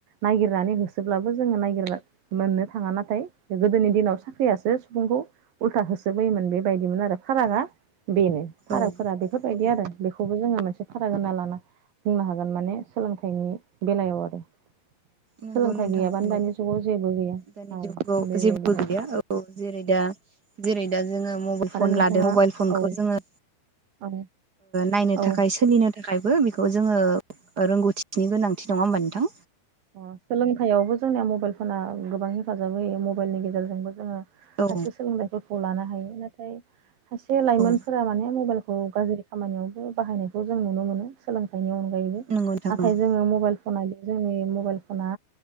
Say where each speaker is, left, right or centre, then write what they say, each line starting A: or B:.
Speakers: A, on the right; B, on the right.
A: नागिरनानै होसोब्लाबो जोङो मोननो थाङा नाथाय गोदोनि दिनाव साख्रियासो सुबुंखौ उल्था होसोबोयोमोन बेबायदिमोन आरो फारागा
B: औ
A: बेनो फारागफोरा
B: औ
A: बेफोरबायदि
B: औ
A: आरो बेखौबो जोङो मोन एसे फाराग होनना लाना बुंनो हागोन माने सोलोंथाइनि बेलायाव आरो
B: नंगौ
A: सोलोंथाइ
B: नोंथां
A: गैयाबानो
B: औगौ
A: दानि जुगाव जेबो गैया
B: दानि
A: औ
B: जुगाव
A: बेबायदिहाय
B: जेबो गैया औ जेरै दा जेरै दा जोङो मबाइल
A: आरो
B: फन
A: नोंथाङा
B: लादों मबाइल फनखौ
A: औ
B: जोङो
A: औ
B: नायनो
A: औ
B: थाखाय सोलिनो थाखायबो बेखौ बेखौ जोङो रोंगौथिनि गोनांथि नङा होमबा नोंथां
A: औ सोलोंथायाइयावबो जोंनिया मबाइल फना गोबां हेफाजाब होयो मबाइलनि गेजेरजोंबो जोङो
B: औ
A: सासे सोलोंथाइफोरखौ लानो हायो नाथाय सासे लाइमोनफोरा
B: औ
A: माने मबाइलखौ खौ गाज्रि खामानियावबो बाहायनायखौ जों नुनो मोनो सोलोंथाइनि अनगायैबो
B: नंगौ नोंथां
A: नाथाय
B: नंगौ
A: जोङो मबाइल फना जोंनि मबाइल फना